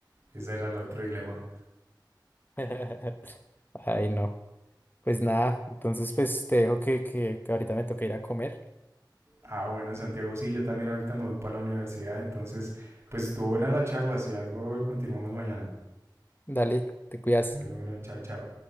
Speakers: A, on the right; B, on the left.
A: ese era el otro dilema.
B: <laughs> Ay, no. Pues nada, entonces pues te dejo que, que que ahorita me toca ir a comer.
A: Ah, bueno, Santiago, sí, yo también ahorita me voy para la universidad, entonces, pues estuvo buena la charla, si algo continuamos mañana.
B: Dale, te cuidas.
A: Bueno, bueno, chao, chao.